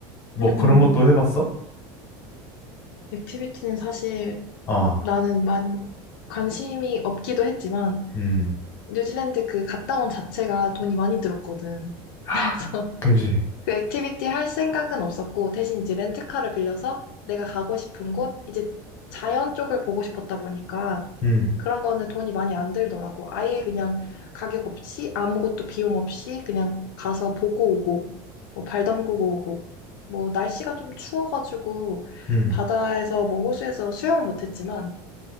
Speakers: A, on the left (about 25°); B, on the left (about 75°).
A: 뭐
B: 응응.
A: 그런 것도 해봤어?
B: 액티비티는 사실
A: 어,
B: 나는 만 관심이 없기도 했지만
A: 음.
B: 뉴질랜드 그 갔다 온 자체가 돈이 많이 들었거든.
A: 아,
B: 그래서 <laughs>
A: 그지.
B: 그 액티비티 할 생각은 없었고, 대신 이제 렌트카를 빌려서 내가 가고 싶은 곳, 이제 자연 쪽을 보고 싶었다 보니까
A: 음,
B: 그런 거는 돈이 많이 안 들더라고. 아예 그냥 가격 없이, 아무것도 비용 없이 그냥 가서 보고 오고, 뭐 발 담그고 오고. 뭐 날씨가 좀 추워가지고
A: 음.
B: 바다에서 뭐 호수에서 수영은 못했지만